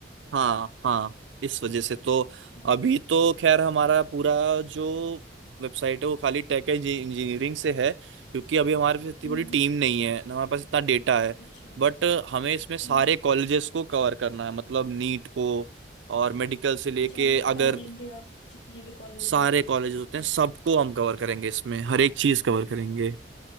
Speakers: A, on the right; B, on the left.
A: हाँ हाँ इस वजह से तो
B: हाँ
A: अभी
B: तो
A: तो खैर हमारा पूरा जो वेबसाइट है वो खाली टेक इंजीनियरिंग से है क्योंकि अभी हमारे पास इतनी
B: हम्म
A: बड़ी टीम नहीं है ना हमारे पास इतना डेटा है
B: अच्छा
A: बट हमें इसमें सारे
B: हम्म
A: कॉलेजेस को कवर करना है मतलब नीट को और मेडिकल से लेके
B: अच्छा मतलब
A: अगर
B: पैन इंडिया जितने भी कॉलेजेस
A: सारे
B: हैं
A: कॉलेजेस होते हैं सबको हम कवर करेंगे इसमें हर एक चीज
B: हम्म
A: कवर करेंगे